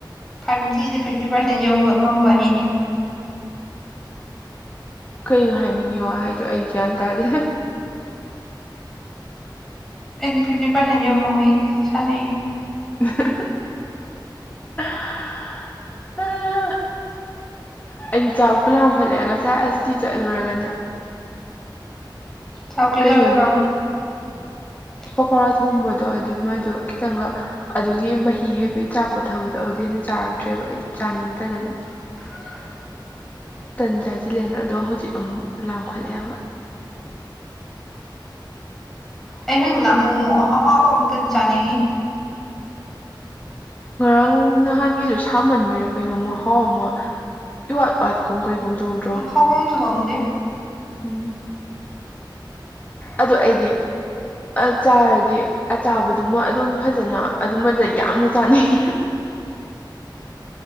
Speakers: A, in the centre; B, on the left.
A: ꯐꯥꯏꯚꯖꯤꯅ ꯐꯤꯞꯇꯤ ꯄꯥꯔꯁꯦꯟ ꯌꯧꯕ ꯉꯝꯕ ꯑꯩꯅꯤ
B: ꯀꯩꯅꯣ ꯍꯥꯏꯅꯤꯡꯉꯤ ꯋꯥꯍꯩꯗꯣ ꯑꯩ ꯒ꯭ꯌꯥꯟ ꯇꯥꯗꯦ
A: ꯑꯩꯒꯤ ꯐꯤꯚꯇꯤ ꯄꯥꯔꯁꯦꯟ ꯌꯧꯉꯝꯃꯩ ꯁꯥꯟꯅꯩ
B: <inaudible> ꯑꯩꯗꯤ ꯆꯥꯛ ꯄꯨ ꯂꯥꯝꯈꯠꯂꯛꯑꯦ ꯉꯁꯥꯏ ꯑꯁꯇꯤ ꯆꯠꯂꯨꯔꯒꯅꯦ
A: ꯆꯥꯛ ꯄꯤꯖꯔꯛꯇ꯭ꯔꯕꯣ
B: ꯀꯩꯅꯣꯗꯤ
A: <inaudible>
B: ꯄꯀꯧꯔꯥ ꯊꯣꯡꯕꯗꯣ ꯑꯗꯨ ꯃꯥꯗꯣ ꯈꯤꯇꯪꯈꯛ ꯑꯗꯨꯒꯤ ꯃꯍꯤ ꯍꯩꯕꯩ ꯆꯥꯛꯀꯣꯊꯕꯗꯣ ꯑꯗꯨꯗꯩꯩ ꯍꯦꯟꯅ ꯆꯥꯔꯛꯇ꯭ꯔꯦꯕ ꯑꯩꯗꯣ ꯆꯥꯅꯤꯡꯗꯗꯅ
A: <inaudible>
B: ꯇꯟ ꯆꯥꯁꯤꯜꯂꯦꯅ ꯑꯗꯣ ꯍꯧꯖꯤꯛ ꯑꯃꯨꯛ ꯂꯥꯝꯈꯠꯂꯦꯕ
A: ꯑꯩ <unintelligible> ꯃꯣꯃꯣ ꯑꯍꯥꯎꯕ ꯑꯝꯇꯗꯤ ꯆꯥꯅꯤꯡꯉꯤ
B: ꯉꯔꯥꯡ ꯅꯍꯥꯟꯒꯤꯗꯨ ꯁꯥꯃꯟꯕꯩꯔꯥ ꯀꯩꯅꯣ ꯃꯍꯥꯎ ꯑꯃ ꯏ ꯋꯥꯠ ꯋꯥꯠꯀꯨꯝ ꯀꯩꯒꯨꯝ ꯇꯧꯗ꯭ꯔꯣ
A: ꯍꯥꯎꯕꯝꯖꯨ ꯈꯪꯗꯦ
B: ꯎꯝ ꯑꯗꯣ ꯑꯩꯗꯤ ꯑ ꯆꯥꯔꯗꯤ ꯑꯆꯥꯕꯗꯨꯃ ꯑꯗꯨꯝ ꯐꯖꯅ ꯑꯗꯨꯃꯗ ꯌꯥꯝꯅ ꯆꯥꯅꯤꯡ